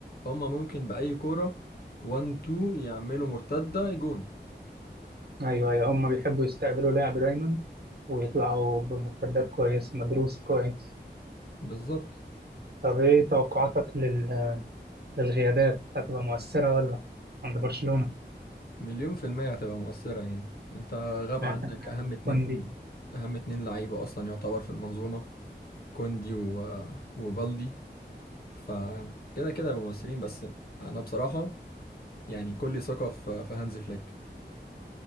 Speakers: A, on the left; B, on the right.
A: هم ممكن بأي كورة 1 2 يعملوا مرتدة جون
B: أيوه أيوه هم بيحبوا يستقبلوا لاعب دايما ويطلعوا بمرتدات كويس مدروس كويس
A: بالظبط
B: طب إيه توقعاتك لل... للغيابات هتبقى مؤثرة ولا عند برشلونة؟
A: مليون في المية هتبقى مؤثرة يعني انت غاب
B: شايف
A: عنك
B: إن
A: اهم اتنين
B: كوندي
A: اهم اتنين لعيبة اصلا يعتبر في المنظومة كوندي و... وبالدي فكده كده هيبقوا مؤثرين بس انا بصراحة يعني كل ثقة في في هانز فليك